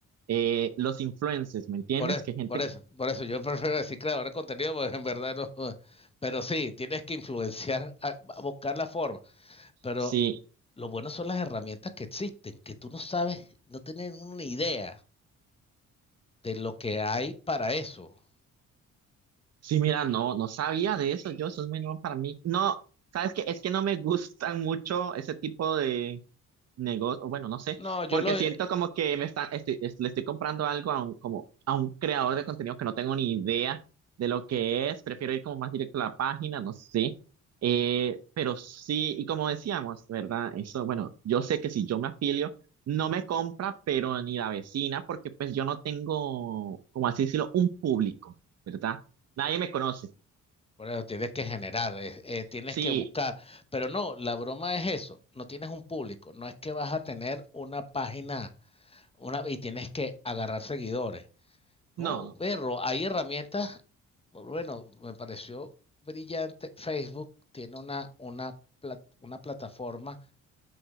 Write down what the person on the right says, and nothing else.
Eh, los influencers, ¿me entiendes?
Que gente
que
sí,
sí, mira, no, no sabía de eso. Yo, eso es muy nuevo para mí. No, ¿sabes qué? Es que no me gustan mucho ese tipo negocio, bueno, no sé,
porque
siento como que me está, estoy- es- le estoy comprando algo a un, como a un creador de contenido que no tengo ni idea de lo que es, prefiero ir como más directo a la página, no sé, Eh, pero sí, y como decíamos, ¿verdad? Eso, bueno, yo sé que si yo me afilio, no me compra, pero ni la vecina, porque pues yo no tengo, como así decirlo, un público, ¿verdad? Nadie me conoce.
Sí,
no, no.